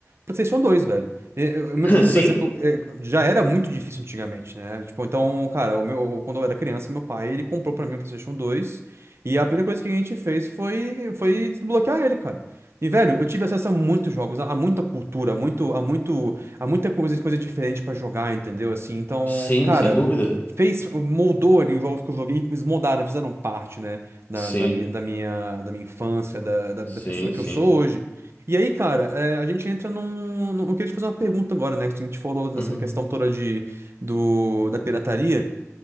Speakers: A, on the right (about 55°); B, on the left (about 35°).
A: PlayStation 2 velho. Eu, eu-
B: <laughs>
A: meu-
B: Sim,
A: por exemplo, é, já era muito difícil antigamente, né? Tipo, então, cara, o meu, quando eu era criança, meu pai, ele comprou pra mim o PlayStation 2 e a primeira coisa que a gente fez foi, foi desbloquear ele, cara. E, velho, eu tive acesso a muitos jogos, a, a muita cultura, a muito, a muito, a muita coisa, coisa diferente pra jogar, entendeu? Assim, então,
B: sim,
A: cara.
B: sem dúvida.
A: fez, moldou ali os jogos que eu joguei, eles moldaram, fizeram parte, né, da,
B: Sim,
A: da, minha, da minha da minha infância, da, da, da
B: sim,
A: pessoa que
B: sim.
A: eu sou hoje. E aí, cara, é, a gente entra num, num- Eu queria te fazer uma pergunta agora, né? que A gente falou dessa
B: Uhum,
A: questão toda de, do, da pirataria.